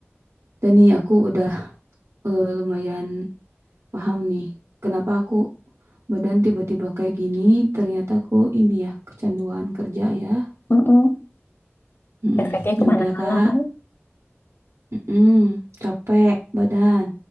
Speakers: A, on the right; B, on the left.
A: Dan nih aku udah eh, lumayan paham nih kenapa aku badan tiba-tiba kayak gini ternyata aku ini ya kecanduan kerja ya
B: Mm-mm.
A: Mm-mm.
B: Efeknya kemana-mana
A: ya udah kak
B: kan?
A: Mm-mm. capek badan